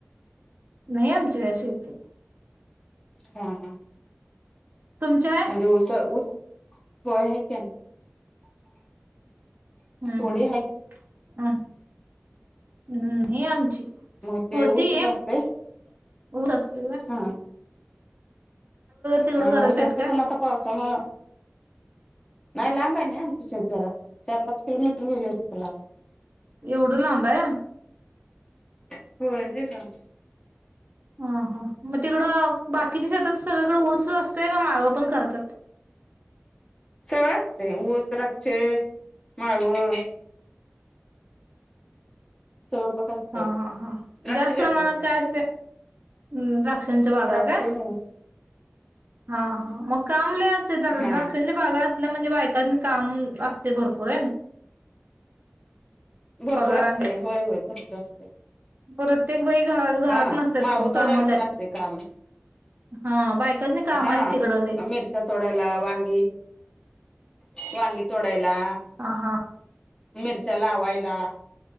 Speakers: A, on the right; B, on the left.
A: नाही आमचेशती
B: हा हा
A: तुमची आहे
B: म्हणजे ऊस ऊस होय आहे कीची
A: हम्म
B: थोडी आहे
A: हम् अ हम्म ह आमची
B: मग ते
A: होतीय
B: ऊसच असते
A: हो सस्त
B: हा
A: तिकडं
B: हा
A: करत
B: ऊस
A: आहेत
B: असते
A: का
B: पण आता पावसामुळ नाही लांब आहे नाही आमच शेत जरा चार पाच किलोमीटर होईल अस लांब.
A: एवढं लांब आहे.
B: <unintelligible>
A: ह हा मग तिकडं बाकीच्या शेतात सगळीकडें ओस असतोय का माळं पण करतात.
B: सगळं असते ऊस द्राक्ष माळव. सगळं पक असते
A: हा हा हा
B: द्राक्ष
A: जास्त प्रमाणात
B: असतात
A: काय असते हम्म द्राक्षांणच्या बागा
B: द्राक्ष
A: काय?
B: आणि ऊस
A: हा हा मग लय असतय तर
B: हा
A: द्राक्षांच्या बागात त म्हणजे बायकासनी काम असतय भरपूर
B: भरपूर
A: पगारान
B: असतय होय होय भरपूर असत
A: प्रत्येक बाई घरात घरात
B: हा
A: नसतात
B: माळव
A: कोण
B: तोडायला
A: कामाला
B: पण
A: जातात
B: असतय काम
A: हा बायकासनी काम
B: हा
A: आहेत तिकडं लय
B: मिरच्या तोडायला वांगी वांगी तोडायला
A: हा हा
B: मिरच्या लावायला